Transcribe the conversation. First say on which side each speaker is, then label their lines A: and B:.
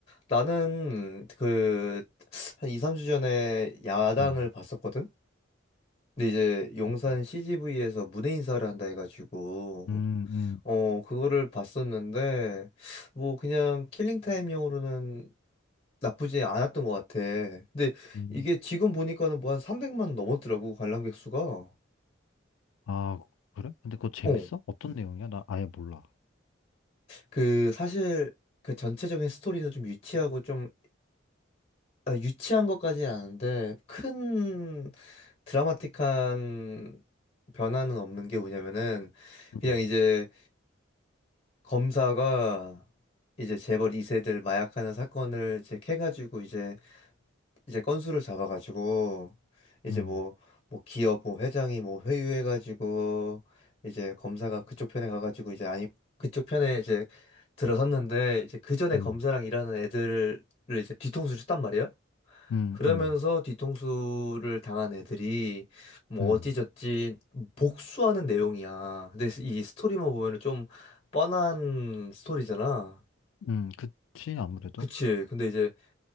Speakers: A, on the left; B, on the left.
A: 나는 그, 한 2, 3주 전에 야당을
B: 음.
A: 봤었거든? 근데 이제 용산
B: 음,
A: CGV에서 무대 인사를 한다 해가지고,
B: 음.
A: 어, 그거를 봤었는데, 뭐 그냥 킬링타임용으로는 나쁘지 않았던 것 같아. 근데
B: 음.
A: 이게 지금 보니까는 뭐 한 300만 넘었더라고, 관람객 수가.
B: 아, 그래? 근데 그거 재밌어?
A: 어,
B: 어떤 내용이야? 나 아예 몰라.
A: 그 사실 그 전체적인 스토리는 좀 유치하고 좀 아, 유치한 것까지는 아닌데 큰 드라마틱한 변화는 없는 게 뭐냐면은 그냥
B: 음,
A: 이제 검사가 이제 재벌 2세들 마약하는 사건을 이제 캐가지고 이제 이제 건수를 잡아가지고 이제
B: 음,
A: 뭐 뭐 기업 뭐 회장이 뭐 회유해가지고 이제 검사가 그쪽 편에 가가지고 이제 아니 그쪽 편에 이제 들어섰는데 이제 그 전에
B: 음,
A: 검사랑 일하는 애들을 이제 뒤통수를 쳤단 말이에요.
B: 음,
A: 그러면서
B: 음,
A: 뒤통수를 당한 애들이 뭐
B: 음,
A: 어찌저찌 복수하는 내용이야. 근데 이 스토리만 보면은 좀 뻔한 스토리잖아.
B: 음, 그치, 아무래도.
A: 그치. 근데 이제